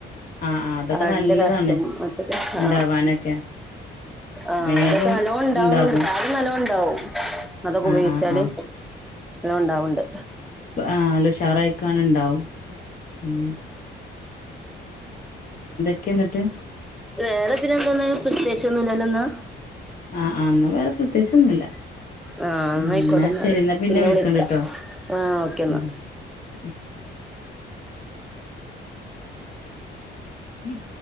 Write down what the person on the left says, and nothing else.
ആഹ് ആഹ് അതൊക്കെ
നല്ലതാണ്
ഇണ്ടാവാനൊക്കെ
വേഗം
ഇണ്ടാകും
ആഹ്
ആഹ് ആഹ്
ആഹ നല്ല ഉഷാറായിക്കാണന്നുണ്ടാവും ഉം ക്കെ എന്നിട്ട്
ആഹ ആ എന്നാ വേറെ പ്രത്യേകിച്ചൊന്നുമില്ല
ഉ
എന്നാ
ശരി എന്നാ പിന്നെ വിളിക്കണ്ട
കേട്ടോ
ഉം ഉം ഹം